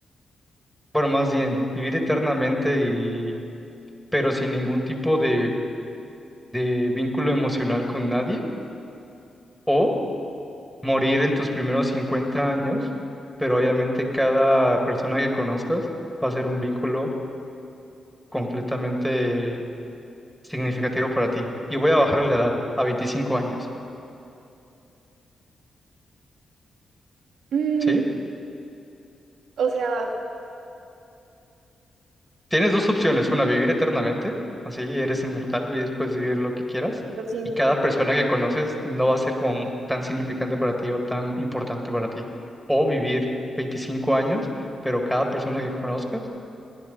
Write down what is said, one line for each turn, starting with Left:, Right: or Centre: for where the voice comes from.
Centre: bueno, más bien, vivir eternamente y, pero sin ningún tipo de, de vínculo emocional con nadie. O morir en tus primeros 50 años, pero obviamente cada persona que conozcas va a ser un vínculo completamente significativo para ti. Y voy a bajarle la edad a 25 años,
Right: Mm,
Centre: ¿sí?
Right: o sea,
Centre: Tienes dos opciones, una, vivir eternamente, así eres inmortal, vives- puedes vivir lo que quieras,
Right: pero sin
Centre: y cada persona que conoces no va a ser como tan significante para ti o tan importante para ti. O vivir 25 años, pero cada persona que conozcas